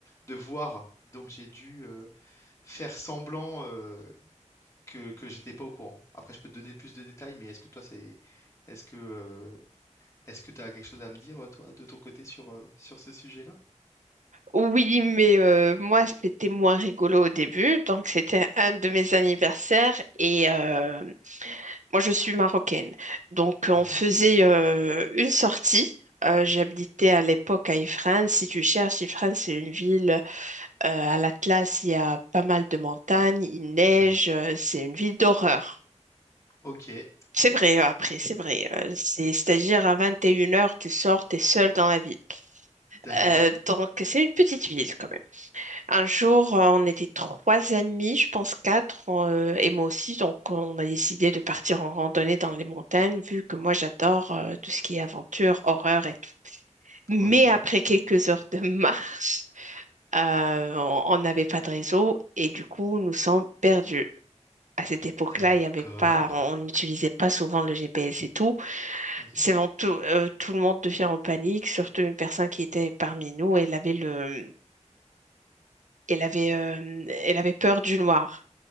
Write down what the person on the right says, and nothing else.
Oui, mais euh, moi, c'était moins rigolo au début. Donc, c'était un de mes anniversaires et euh, moi, je suis marocaine. Donc, on
faisait euh, une sortie. Euh, j'habitais à l'époque à Ifrane. Si tu cherches, Ifrane, c'est une ville euh, à l'Atlas. Il y a pas mal de montagnes, il neige.
euh, c'est une ville d'horreur.
C'est vrai, euh, après, c'est vrai. euh, c'est, c'est-à-dire à dire à 21 heures, tu sors, t'es seul dans la ville.
Euh, donc, c'est une petite ville quand même. Un jour, euh, on était trois amis, je pense quatre, euh, et moi aussi. Donc, on a décidé de partir en randonnée dans les montagnes, vu que moi, j'adore euh, tout ce qui est aventure, horreur et tout. Mais
après quelques heures de <laughs> marche, euh, on on n'avait pas de réseau et du coup, nous sommes perdus. À cette époque-là,
il y avait pas, on on n'utilisait pas souvent le GPS et tout.
C'est vraiment tout, euh, tout le monde devient en panique, surtout une personne qui était parmi nous. Elle avait le, elle avait, euh, elle avait peur du noir.